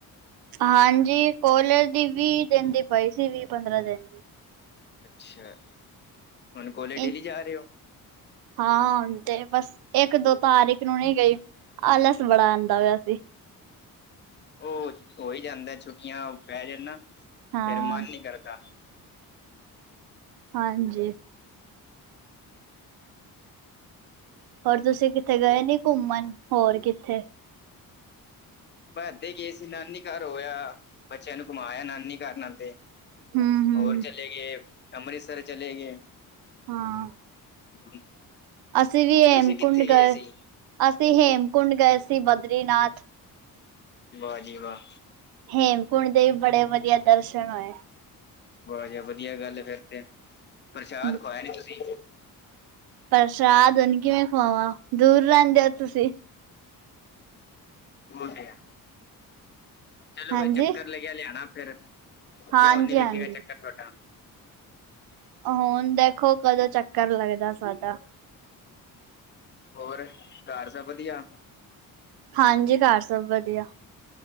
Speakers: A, on the right; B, on the left.
A: ਹਾਂਜੀ ਕੋਲਰ ਦੀ ਵੀਹ ਦਿਨ ਦੀ ਪਈ ਸੀ ਵੀਹ ਪੰਦਰਾਂ ਦਿਨ ਦੀ।
B: ਅੱਛਾ ਹੁਣ ਕੋਲੇਜ
A: ਦੀ।
B: ਡੇਲੀ ਜਾ ਰਹੇ ਹੋ।
A: ਹਾਂ ਤੇ ਬਸ ਇੱਕ-ਦੋ ਤਾਰੀਖ ਨੂੰ ਨੀ ਗਈ। ਆਲਸ ਬੜਾ ਆਂਦਾ ਪਿਆ ਸੀ।
B: ਉਹ ਹੋ ਹੀ ਜਾਂਦਾ ਛੁੱਟੀਆਂ ਪੈ ਜਾਣ ਨਾ
A: ਹਾਂ।
B: ਫੇਰ ਮਨ ਨੀ ਕਰਦਾ।
A: ਹਾਂਜੀ ਹੋਰ ਤੁਸੀਂ ਕਿੱਥੇ ਗਏ ਨੀ ਘੁੰਮਣ ਹੋਰ ਕਿੱਥੇ?
B: ਬਸ ਇੱਥੇ ਹੀ ਗਏ ਸੀ ਨਾਨੀ ਘਰ ਹੋਇਆ ਬੱਚਿਆਂ ਨੂੰ ਘੁਮਾਇਆ ਨਾਨੀ ਘਰ ਨਾਦੇ।
A: ਹੂੰ-ਹੂੰ।
B: ਹੋਰ ਚਲੇ ਗੇ ਅੰਮ੍ਰਿਤਸਰ ਚਲੇ ਗੇ।
A: ਹਾਂ
B: <inaudible>
A: ਅਸੀਂ ਵੀ ਹੇਮਕੁੰਡ
B: ਤੁਸੀਂ ਕਿੱਥੇ
A: ਗਏ
B: ਸੀ
A: ਅਸੀਂ ਹੇਮਕੁੰਡ ਗਏ ਸੀ ਬਦਰੀਨਾਥ।
B: ਵਾਹ ਜੀ ਵਾਹ
A: ਹੇਮਕੁੰਟ ਦੇ ਵੀ ਬੜੇ ਵਧੀਆ ਦਰਸ਼ਨ ਹੋਏ।
B: ਬਹੁ ਜ ਵਧੀਆ ਗੱਲ ਏ ਫੇਰ ਤੇ ਪ੍ਰਸ਼ਾਦ
A: ਹੂੰ
B: ਖਵਾਇਆ ਨੀ ਤੁਸੀ।
A: ਪ੍ਰਸ਼ਾਦ ਹੁਣ ਕਿਵੇਂ ਖਵਾਵਾਂ ਦੂਰ ਰਹਿੰਦੇ ਹੋ ਤੁਸੀਂ।
B: ਹੋ ਗਿਆ ਚਲੋ
A: ਹਾਂਜੀ
B: ਕੋਈ ਚੱਕਰ ਲਗਿਆ ਲਿਆਣਾ ਫੇਰ।
A: ਹਾਂਜੀ
B: ਯਾ ਹੁਣ ਨੀ ਲੱਗੇਗਾ
A: ਹਾਂਜੀ
B: ਚੱਕਰ ਤੁਹਾਡਾ।
A: ਹੁਣ ਦੇਖੋ ਕਦੋਂ ਚੱਕਰ ਲੱਗਦਾ ਸਾਡਾ।
B: ਹੋਰ ਘਰ ਸਭ ਵਧੀਆ।
A: ਹਾਂਜੀ ਘਰ ਸਭ ਵਧੀਆ,